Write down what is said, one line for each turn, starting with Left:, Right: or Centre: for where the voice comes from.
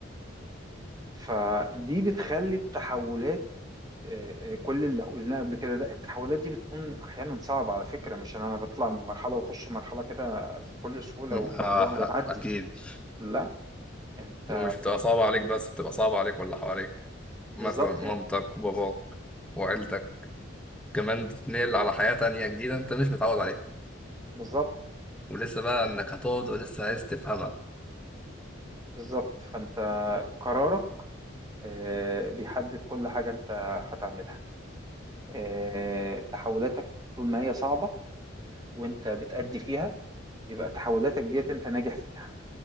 Right: فدي بتخلي التحولات آه، آه، كل اللي قلناه قبل كده ده التحولات دي بتكون أحيانا صعبة على فكرة مش إن أنا بطلع من مرحلة وأخش مرحلة كده بكل سهولة
Centre: مم.
Right: والموضوع
Centre: اه
Right: يعدي
Centre: اكيد
Right: لا أنت
Centre: ومش بتبقى صعبة عليك بس بتبقى صعبة عليك واللي حواليك
Right: بالظبط
Centre: مثلا مامتك
Right: إيه
Centre: وباباك وعيلتك كمان بتتنقل على حياة تانية جديدة انت مش متعود عليها
Right: بالظبط
Centre: ولسه بقى انك هتقعد ولسه عايز تفهمها
Right: بالظبط فانت قرارك آه، بيحدد كل حاجة انت هتعملها آه، تحولاتك طول ما هي صعبة وانت بتأدي فيها يبقى تحولاتك ديت انت ناجح فيها